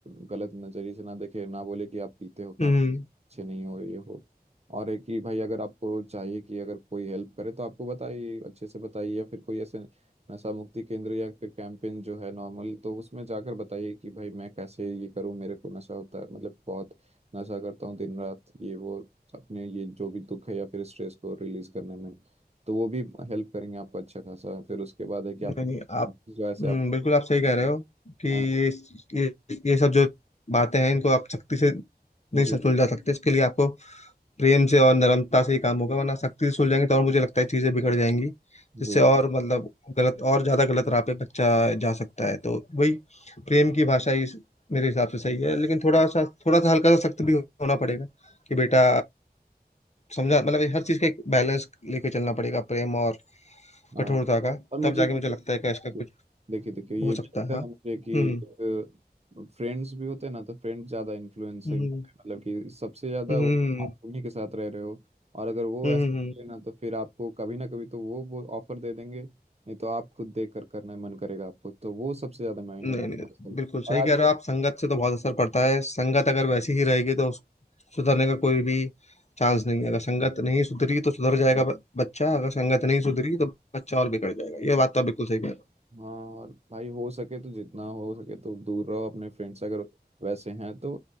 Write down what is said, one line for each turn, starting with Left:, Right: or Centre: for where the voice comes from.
Right: गलत नजरिए से ना देखे ना बोले कि आप पीते हो खाते
Left: हम्म
Right: अच्छे नहीं हो ये हो और है कि भाई अगर आपको चाहिए कि अगर कोई हेल्प करे तो आपको बताइए अच्छे से बताइए या फिर कोई ऐसे नशा मुक्ति केंद्र या फिर कैंपेन जो है नॉर्मल तो उसमें जाकर बताइए कि भाई मैं कैसे ये करूँ मेरे को नशा होता है मतलब बहुत नशा करता हूँ दिन रात ये वो अपने ये जो भी दुख है या फिर स्ट्रेस को रिलीज करने में तो वो भी हेल्प करेंगे आपको अच्छा खासा फिर उसके बाद है कि आप
Left: नहीं नहीं आप
Right: जो ऐसे
Left: हम्म,
Right: आप
Left: बिल्कुल आप सही कह रहे हो कि ये
Right: हाँ
Left: ये ये सब जो बातें हैं इनको आप सख्ती से नहीं
Right: जी
Left: सु- सुलझा सकते इसके लिए आपको प्रेम से और नरमता से ही काम होगा वरना सख्ती से सुलझाएंगे तो और मुझे लगता है चीजें बिगड़ जाएंगी जिससे
Right: जी
Left: और मतलब गलत और ज्यादा गलत राह पे बच्चा जा सकता है तो वही प्रेम की भाषा ही इस- मेरे हिसाब से सही है लेकिन थोड़ा सा थोड़ा सा हल्का सा सख्त भी होना पड़ेगा कि बेटा समझा मतलब ये हर चीज का एक बैलेंस लेके चलना पड़ेगा प्रेम और
Right: हाँ
Left: कठोरता का
Right: और मुझे
Left: तब जाके
Right: ये
Left: मुझे लगता है कि इसका कुछ
Right: दे- देखिए देखिए ये
Left: हो सकता
Right: भी लगता
Left: है हाँ
Right: है मुझे कि
Left: हम्म
Right: फ्रेंड्स भी होते हैं ना तो फ्रेंड्स ज्यादा इन्फ्लुएंसिंग
Left: हम्म
Right: मतलब कि सबसे ज्यादा
Left: हम्म
Right: वो
Left: हम्म
Right: आप उन्हीं के साथ रह रहे हो और अगर वो
Left: हम्म,
Right: वैसे
Left: हम्म,
Right: होते हैं ना
Left: हम्म।
Right: तो फिर आपको कभी ना कभी तो वो वो ऑफर दे देंगे नहीं तो आप खुद देख कर करना मन करेगा आपको तो वो सबसे ज्यादा मायने
Left: नहीं
Right: रखता
Left: नहीं
Right: है आजकल
Left: बिल्कुल सही
Right: और आजकल
Left: कह रहे हो आप संगत से तो बहुत असर पड़ता है संगत अगर वैसी ही रहेगी तो उस- सुधरने का कोई भी चांस नहीं है अगर संगत नहीं सुधरी तो सुधर जाएगा ब- बच्चा अगर संगत नहीं सुधरी तो बच्चा और बिगड़ जाएगा ये बात तो आप बिल्कुल सही कह रहे
Right: हाँ और भाई हो सके तो जितना हो सके तो दूर रहो अपने फ्रेंड से अगर वैसे हैं तो